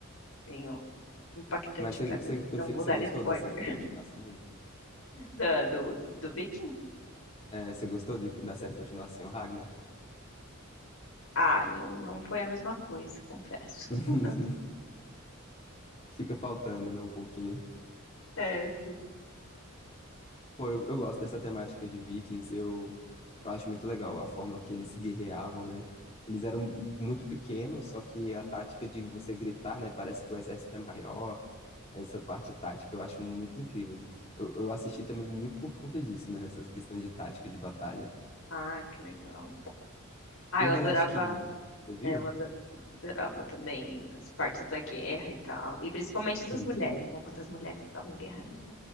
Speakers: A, on the left (about 75°); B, on the left (about 30°).
A: Bem ó, impactante
B: Mas você
A: pra
B: você
A: mim.
B: prefe-
A: Não vou
B: você
A: dar
B: gostou
A: spoiler.
B: da série continuar sem ele?
A: Da- do, do Viking?
B: É, você gostou de- da série continuar sem o Ragnar?
A: Ah, não, não foi a mesma coisa, confesso. <laughs>
B: <laughs> Fica faltando, né, um pouquinho.
A: É, fi.
B: Pô, eu, eu gosto dessa temática de Vikings, eu, eu acho muito legal a forma que eles guerreavam, né? Eles eram muito pequenos, só que a tática de você gritar, né, parece que o exército é maior, essa parte tática eu acho muito incrível. Eu, eu assisti também muito por conta disso, né, essas questões de tática de batalha.
A: Ah, que legal. Ah,
B: O
A: eu
B: The
A: adorava,
B: Last Kingdom, você viu?
A: é, eu ado- adorava também as partes da guerra e tal. E principalmente das
B: Uhum.
A: mulheres, né? Quando as mulheres estavam guerrando.